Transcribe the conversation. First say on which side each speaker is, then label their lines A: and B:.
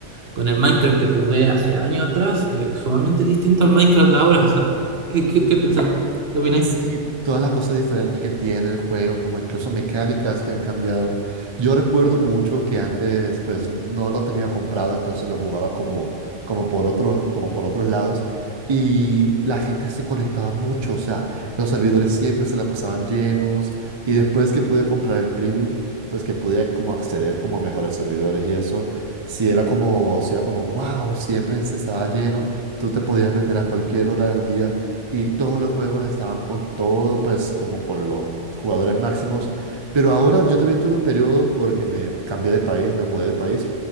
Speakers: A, on the right; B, on the right.
A: con el Minecraft que jugué hace años atrás, eh, sumamente distinto al Minecraft de ahora. O sea, ¿qué, qué, qué pensáis? ¿Qué opináis?
B: Sí, todas las cosas diferentes que tiene el juego, como incluso mecánicas que han cambiado. Yo recuerdo mucho que antes pues no lo tenía comprado, entonces lo jugaba como, como por otros, como por otros lados. Y la gente se conectaba mucho, o sea, los servidores siempre se la pasaban llenos. Y después que pude comprar el premium, pues que pude como acceder como a mejores servidores y eso, sí era como, sí era como, wow, siempre se estaba lleno. Tú te podías meter a cualquier hora del día y todos los juegos estaban con todo, pues como con los jugadores máximos. Pero ahora yo también tuve un periodo porque me cambié de país, me mudé de país